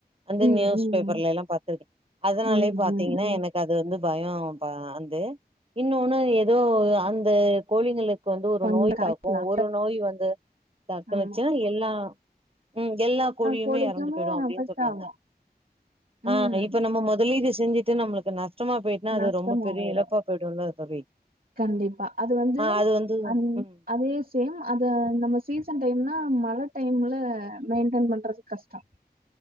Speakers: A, on the right; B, on the right.
A: அந்த
B: ம்
A: நியூஸ் பேப்பர்ல எல்லா பாத்திருக்கே அதனாலயே
B: ம்
A: பாத்தீங்கன்னா
B: ம் ம்
A: எனக் அது வந்து பயோ பா அந்து இன்னொன்னு ஏதோ அந்த கோழிங்களுக் இப்ப வந்து ஒரு
B: பண்ண
A: நோய்
B: கரெக்ட்
A: தாக்கு
B: தா
A: ஒரு நோய் வந்து தாக்குனுச்சுன்னா
B: ஆமா
A: எல்லா ம் எல்லா கோழியுமே
B: கோழிக்குமே
A: எறந்து போய்டு அப்டின்னு
B: அஃபெக்ட்
A: சொன்னாங்க
B: ஆகு
A: ஆஹ்
B: ம்
A: இப்ப நம்ம முதலீடு செஞ்சுட்டு நம்மளுக்கு நஷ்டமா போய்ட்டுனா அது
B: நஷ்டமா
A: ரொம்ப பெரிய
B: போயிரு
A: இழப்பா போய்டும்ல தோழி
B: கண்டிப்பா அது வந்து
A: ஆ அது வந்து
B: அந்
A: ம்
B: அதே சேம் அத நம்ம சீசன் டைம்னா மழை டைம்ல மெயின்டென் பண்றது கஷ்ட